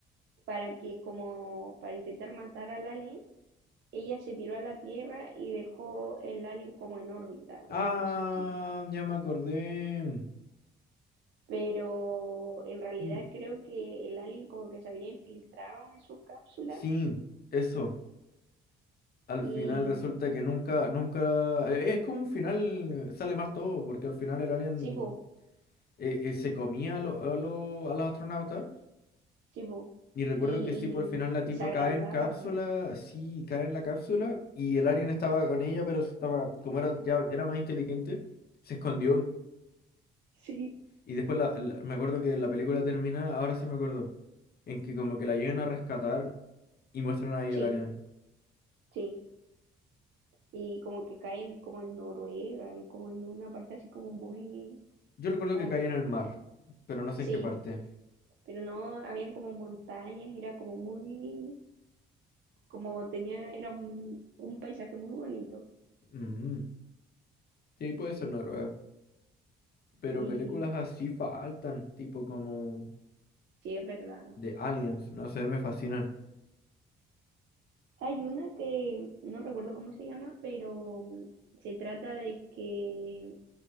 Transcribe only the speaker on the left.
Ah,
ya me acordé.
Sí,
sí, eso. Al
final resulta que nunca, nunca... eh, Es como un final, eh, sale mal todo, porque al final el alien
eh, eh, se comía a, lo- a, lo- a los astronautas.
Y recuerdo
que sí, por el final la tipa
cae en cápsula,
sí, cae en la cápsula y el alien estaba con ella, pero se estaba, como era ya era más inteligente, se escondió.
Y después la- la- me acuerdo que la película termina, ahora sí me acuerdo, en que como que la llegan a rescatar y muestran ahí
el alien.
Yo recuerdo
que cae en el mar, pero no sé
en qué parte.
Mm, sí, puede ser Noruega, pero
películas así faltan, tipo como
de aliens, no sé, me fascinan.